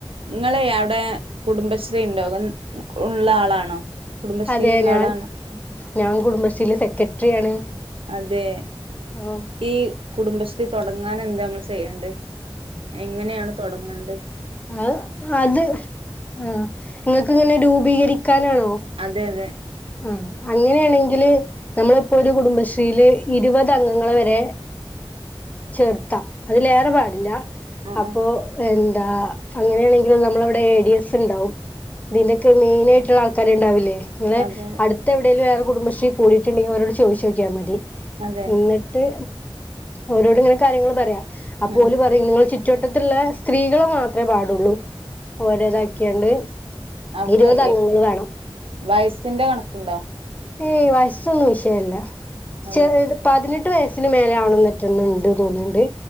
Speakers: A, on the right (about 80°); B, on the left (about 15°).
A: നിങ്ങളെ അവിടെ കുടുംബശ്രീ ഉണ്ടോ ഉള്ള ആളാണോ കുടുംബശ്രീയിലുള്ള
B: അതെ ഞാൻ
A: ആളാണ്
B: ഞാൻ കുടുംബശ്രീയിലെ സെക്രട്ടറിയാണ്
A: അതെ
B: ഉം
A: ഈ കുടുംബശ്രീ തുടങ്ങാൻ എന്താ നമ്മള് ചെയ്യേണ്ട് എങ്ങനെയാണ് തുടങ്ങണ്ടെ
B: ആ അത് ആ നിങ്ങൾക്ക് ഇങ്ങനെ രൂപീകരിക്കാനാണോ
A: അതെ അതെ
B: ആ അങ്ങനെയാണെങ്കില് നമ്മളിപ്പോ ഒരു കുടുംബശ്രീയില് ഇരുപത് അംഗങ്ങളെ വരെ ചേർത്താം അതിലേറെ പാടില്ല
A: ആഹ്
B: അപ്പൊ
A: ആഹ്
B: എന്താ അങ്ങനെയാണെങ്കിൽ നമ്മളിവിടെ എ ഡി എസ് ഉണ്ടാവും ഇതിന്റെക്കെ മെയിൻ ആയിട്ടുള്ള ആൾക്കാരു ഉണ്ടാവില്ലേ നിങ്ങൾ
A: അതെ
B: അടുത്ത് എവിടേലും വേറെ കുടുംബശ്രീ കൂടിയിട്ടുണ്ടെങ്കിൽ ഒരോട് ചോദിച്ചു നോക്കിയാൽ മതി
A: അതെ
B: ന്ന ട്ട് ഓരോട് ഇങ്ങനെ കാര്യങ്ങള് പറയാ അപ്പ
A: ആഹ്
B: ഓൽ
A: ആഹ്
B: പറയും നിങ്ങള് ചു റ്റുവട്ടത്തുള്ള സ്ത്രീകൾ മാത്ര പാടുള്ളൂ ഓരോതാക്കിയാണ്ട്
A: അപ്പൊ
B: ഇരുപത് അംഗങ്ങൾ
A: ഈ
B: വേണം
A: വയസിന്റെ കണക്കുണ്ടോ
B: ഏയ് വയസ്സൊന്നും വിഷയല്ല
A: അതെ
B: ശെ പതിനെട്ട് വയസ് ന് മേലെ ആവണം ന്നെറ്റെണ്ട് തോന്നുന്നുണ്ട്